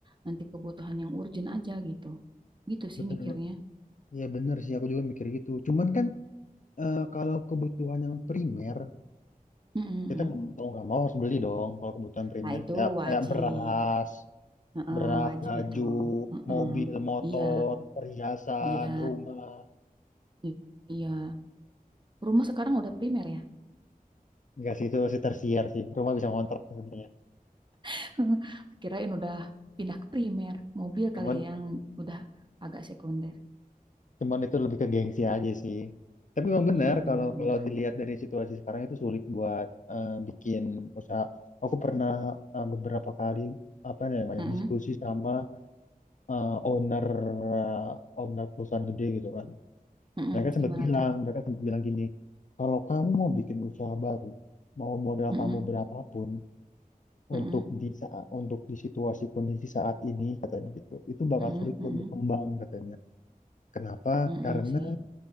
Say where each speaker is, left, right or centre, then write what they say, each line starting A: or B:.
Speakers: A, on the right (about 30°); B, on the left (about 55°).
A: nanti kebutuhan yang urgent aja gitu. Gitu sih
B: Betul.
A: mikirnya.
B: Ya bener sih, aku juga mikir gitu. Cuman kan eh, kalau kebutuhan yang primer,
A: Mm-mm-mm.
B: kita mau nggak mau harus beli dong kalau kebutuhan primer.
A: Nah itu
B: Kayak,
A: wajib,
B: kayak beras,
A: Heeh,
B: beras,
A: wajib
B: baju,
A: itu. Heeh.
B: mobil, motor,
A: Iya,
B: perhiasan,
A: iya,
B: rumah.
A: i- iya. Rumah sekarang udah primer ya.
B: Enggak sih, itu masih tersiar sih. Rumah bisa ngontrak sebenarnya.
A: <laughs> Kirain udah pindah ke primer. Mobil
B: Cuman,
A: kali ya yang udah agak sekunder.
B: cuman itu lebih ke gengsi aja sih. Tapi memang benar
A: Iya bener-bener.
B: kalau kalau dilihat dari situasi sekarang itu sulit buat eh, bikin usaha. Aku pernah eh, beberapa kali apa namanya
A: Mm-mm,
B: diskusi sama eh, owner eh, owner perusahaan gede gitu kan.
A: mm-mm.
B: Mereka sempat
A: Gimana
B: bilang,
A: tuh?
B: mereka sempat bilang gini, kalau kamu mau bikin usaha baru, mau modal
A: Mm-mm,
B: kamu berapapun,
A: mm-mm,
B: untuk di saat untuk di situasi kondisi saat ini katanya gitu itu bakal
A: mm-mm,
B: sulit
A: mm-mm,
B: buat berkembang katanya kenapa
A: mm-mm
B: karena
A: sih.